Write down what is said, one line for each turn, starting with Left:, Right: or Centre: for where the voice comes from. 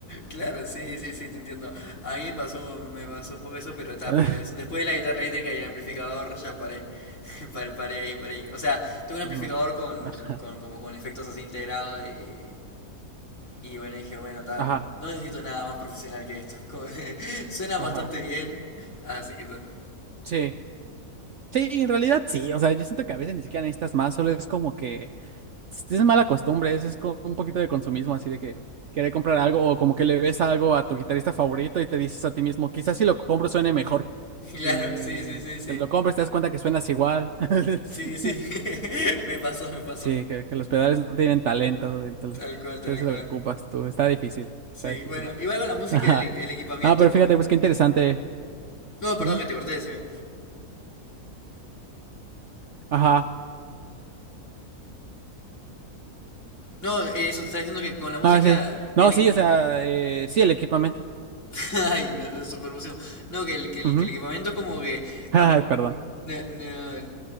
Left: Claro, sí, sí, sí, te entiendo. A mí me pasó, me pasó un poco eso, pero está,
Right: <laughs>
Left: pero es- después de la guitarra eléctrica y el amplificador ya paré, <laughs> paré, paré ahí, paré ahí. O sea, tuve un amplificador
Right: Ujú.
Left: con,
Right: Ajá,
Left: con, como con efectos así integrados y, y bueno, dije, bueno, está,
Right: ajá,
Left: no necesito nada más profesional que esto. <laughs> Como que suena
Right: ajá.
Left: bastante bien, así que ta. <laughs>
Right: Sí, Sí, en realidad sí, o sea, yo siento que a veces ni siquiera necesitas más, solo es como que es mala costumbre, es, es como un poquito de consumismo, así de que querer comprar algo o como que le ves algo a tu guitarrista favorito y te dices a ti mismo, quizás si lo compro suene mejor.
Left: Claro,
Right: Y
Left: sí, sí, sí, sí.
Right: te lo compras, te das cuenta que suenas igual. <laughs>
Left: Sí, sí, <laughs> me pasó, me pasó.
Right: Sí, que, que los pedales no tienen talento, entonces
Left: Tal cual, tal
Right: entonces
Left: cual.
Right: lo ocupas tú, está difícil,
Left: Sí,
Right: está difícil.
Left: bueno, igual con
Right: <laughs>
Left: la música,
Right: Ajá.
Left: el, el equipamiento
Right: No, pero
Left: es como...
Right: fíjate, pues qué interesante.
Left: No, perdón
Right: Ujú.
Left: que te corté, decime.
Right: Ajá.
Left: No, eh, eso, te estaba diciendo que con la música,
Right: No, sí, no,
Left: el equi-
Right: sí, o sea, eh, sí, el equipamiento.
Left: <laughs> Ay, no, no, súper emoción. No, que el, que el,
Right: Ujú.
Left: que el equipamiento es como que
Right: <laughs>
Left: a
Right: Ay,
Left: mí
Right: perdón.
Left: eh, no, no,